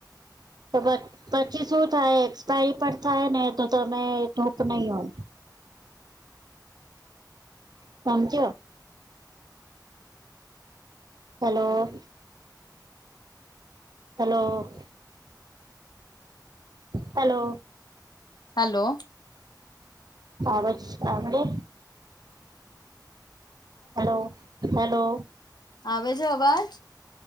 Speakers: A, on the right; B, on the left.
A: તો પછી શું થાય એક્સપાયરી પર થાય ને તો તમે ટૂપ નહીં હો સમમ ક હલો હલો હલો
B: હલો
A: આવજ આમડે હલો હલો
B: આવેવે જવાજ